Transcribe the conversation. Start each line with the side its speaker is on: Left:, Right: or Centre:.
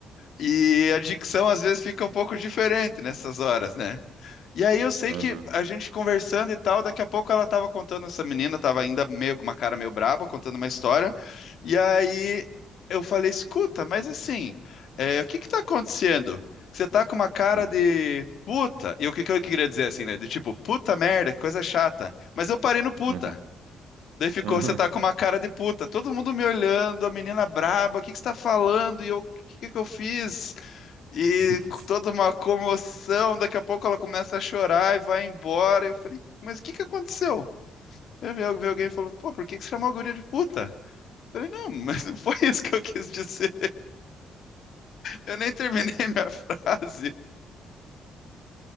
Left: e a dicção às vezes fica um pouco diferente nessas horas, né? E aí eu sei
Right: aham,
Left: que a gente conversando e tal, daqui a pouco ela tava contando, essa menina tava ainda meio com uma cara meio braba, contando uma história. E aí eu falei, escuta, mas assim, é, o que que tá acontecendo? Que Você tá com uma cara
Right: aham,
Left: de puta. E o que que eu queria dizer assim, né? Do tipo, puta merda, que coisa chata. Mas eu parei no puta.
Right: aham,
Left: Daí ficou,
Right: aham.
Left: você tá com uma cara de puta, todo mundo me olhando, a menina braba, o que que você tá falando? E eu, o que que eu fiz? E
Right: <laughs> Que isso?
Left: com toda uma comoção, daqui a pouco ela começa a chorar e vai embora. Eu falei, mas o que que aconteceu? Eu vi vi alguém e falou, pô, por que que você chamou a guria de puta? Eu falei, não, mas não foi isso que eu quis dizer. Eu nem terminei minha <laughs> frase.